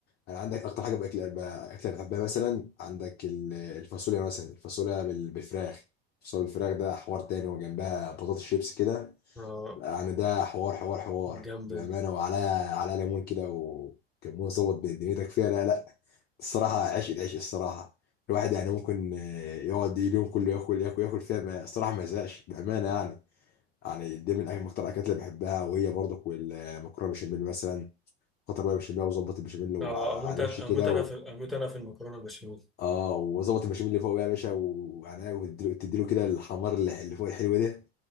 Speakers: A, on the left; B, in the centre.
A: انا عندك اكتر حاجه باكل ب- اكله بحبها مثلا عندك ال- الفاصوليا مثلا الفاصوليا بال- بالفراخ الفاصوليا بالفراخ ده حوار تاني وجنبها بطاطس شيبس كده
B: اه
A: يعني ده حوار حوار حوار
B: جامدة
A: بامانه
B: دي
A: وعلى على ليمون كده وكمون ظبط دنيتك فيها لا لا الصراحه عشق العشق الصراحه الواحد يعني ممكن آه، يقعد اليوم كله ياكل ياكل ياكل فيها ما- الصراحه ما يزهقش بامانه يعني يعني دي من أهم أكتر الأكلات اللي بحبها وهي برضك والمكرونة بالبشاميل مثلا خاطر بقى بالبشاميل وظبط البشاميل و-
B: اه
A: على
B: اموت
A: الوش
B: اموت
A: كده
B: انا
A: و...
B: في اموت انا في المكرونة البشاميل
A: اه وظبط البشاميل اللي فوق بقى يا باشا وعناه وتديله تديله كده الحمار اللي اللي فوق الحلو ده